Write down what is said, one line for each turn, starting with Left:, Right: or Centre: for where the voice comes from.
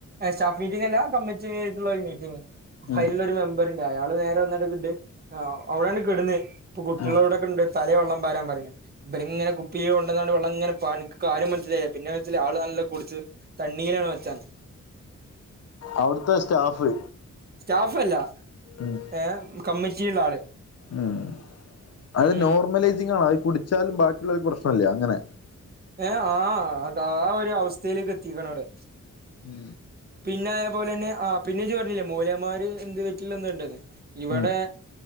Right: സ്റ്റാഫ് മീറ്റിംഗ് അല്ല കമ്മിറ്റി ആയിട്ട് ഉള്ള ഒരു മീറ്റിംഗ്
Left: ഉം
Right: അയിലുള്ളൊരു മെമ്പറ് ഇണ്ട് അയാള് നേരെ ഒന്ന് എടവിട്ട് ആ അവിടാണ് കിടന്നെ ഇപ്പൊ കുട്ടികള്
Left: ഉം
Right: അവിടെ ഒക്കെ ഇണ്ട് തലേ വെള്ളം പരൻ പറഞ്ഞു ഇ ഇങ്ങനെ കുപ്പിയോ വല്ലാണ്ട് വെള്ളം ഇങ്ങനെ പാനിക്ക് കാരും മനസ്സിലായില്ല പിന്നെ ചെല ആൾ നല്ല കുടിച്ച് തണ്ണിയിലാണ് മച്ചാൻ
Left: അവിടുത്തെ സ്റ്റാഫ്
Right: സ്റ്റാഫ് അല്ല
Left: ഉം
Right: ഏ കമ്മിറ്റിള്ള ആള്
Left: ഉം അത്
Right: ഉം
Left: നോർമലൈസിംഗ് ആണ് അത് കുടിച്ചാലും ബാക്കിയുള്ളവർക്ക് പ്രശ്നം ഇല്ല അങ്ങനെ
Right: ഏ ആ അതാ ഒരു അവസ്ഥയിലേക്ക് എത്തിക്കണ അട്
Left: ഉം
Right: പിന്നെ ആയപോലെ തന്നെ ആ പിന്നെ ജ്ജ് പറഞ്ഞില്ലേ മൂലേന്മാര് എന്ത് പറ്റില്ല എന്ന്ണ്ട ഇവിടെ
Left: ഉം